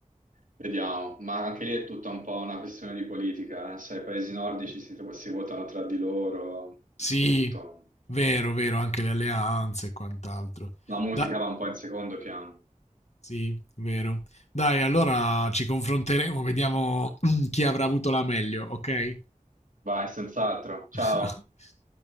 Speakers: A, on the right; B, on the left.
A: Vediamo, ma anche lì è tutta un po' una questione di politica, eh. Sai, i paesi nordici si, si votano tra di loro, un
B: Sì,
A: po' tutto.
B: vero, vero, anche le alleanze e quant'altro.
A: La musica
B: Da...
A: va un po' in secondo piano.
B: Sì, vero. Dai, allora ci confronteremo, vediamo <clears throat> chi avrà avuto la meglio, ok?
A: Vai, senz'altro. Ciao.
B: <laughs>